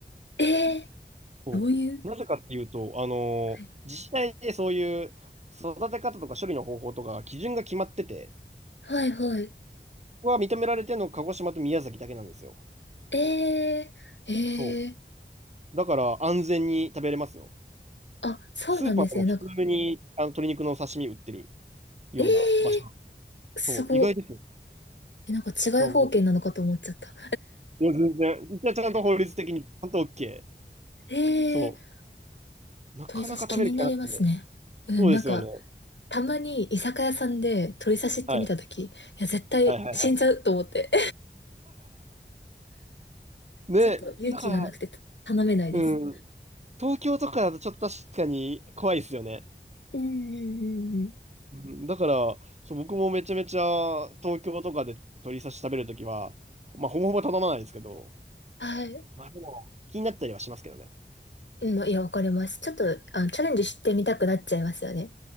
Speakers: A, on the left; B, on the right.
A: ええ
B: そう。
A: ー、どういう
B: なぜかっていうと、あのー自治体でそういう育て方とか処理の方法とか基準が決まってて、
A: はい、はい、はい。
B: ここが認められてるのが鹿児島と宮崎だけなんですよ。
A: えー、え
B: そ
A: ー、
B: う。だから安全に食べれますよ。
A: あ、そうなんですね。
B: スーパーでも普通にあの鶏肉の刺身売ってる
A: なんか、
B: ような場所。
A: ええー、
B: そう、
A: すごい。
B: 意外ですよ。
A: えなんか違い方形なのかと思っちゃった。
B: だからもう、いや、全然。一応ちゃんと法律的にちゃんと OK。
A: <laughs> ええー、
B: そう。なかなか食べる気がなくて。
A: 鳥刺し気になりますね。うん、
B: そうですよね。
A: なんか、たまに居酒屋さんで鳥刺しって見たとき、
B: はい。
A: いや、絶対死んじゃうと思って。
B: はいはいはい。<laughs> ね、
A: ちょっと勇気がなくて頼めないです。
B: だから、うん。東京とかだとちょっと確かに怖いですよね。
A: うんうんうんうん。
B: うんだから、そう、僕もめちゃめちゃ東京とかで鶏刺し食べるときは、まあ、ほぼほぼ頼まないですけど、
A: はい。
B: まあでも、気になったりはしますけどね。
A: うん、いや、わかります。ちょっと、あの、チャレンジしてみたくなっちゃいますよね。